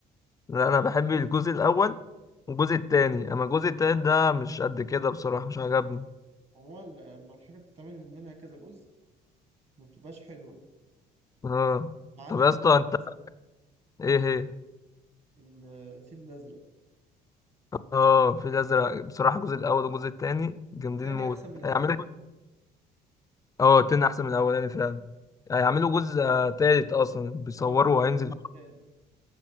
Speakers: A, on the left (about 20°); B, on the right (about 40°).
A: لا انا بحب الجزء الاول والجزء التاني اما الجزء التالت ده مش قد كده بصراحه مش عجبني
B: عموما لما الحاجة بتتعمل منها كذا جزء ما بتبقاش حلوة
A: اه
B: ما عدا
A: طب
B: حاجة
A: يا اسطى
B: واحدة
A: انت
B: بس
A: ايه هي
B: ال- الفيل الأزرق
A: اه في الازرق بصراحه الجزء الاول والجزء التاني جامدين
B: التاني
A: موت
B: أحسن من الأولاني
A: هيعملوا اه التاني احسن من الاولاني فعلا هيعملوا جزء آه، تالت اصلا بيصوروا
B: اه
A: وهينزل
B: عملوا جزء تالت